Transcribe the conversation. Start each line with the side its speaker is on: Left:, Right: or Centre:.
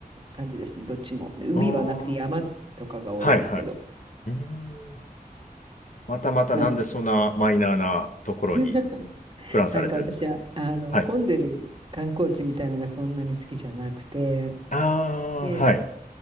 Right: 感じですね、どっちも。海はなくて山とかが多いですけど。
Left: ああ、はいはい。うーんまたまたなんでそんなマイナーなところに
Right: なので、<laughs>
Left: プランされてるんですか
Right: なんか私は、あの、
Left: はい。
Right: 混んでる観光地みたいなのがそんなに好きじゃなくて、
Left: ああ、
Right: で、
Left: はい。